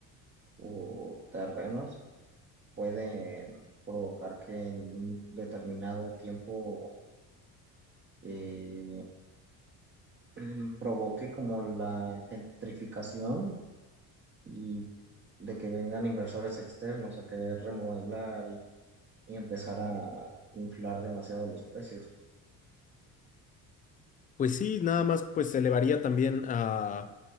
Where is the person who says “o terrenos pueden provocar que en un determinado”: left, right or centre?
Right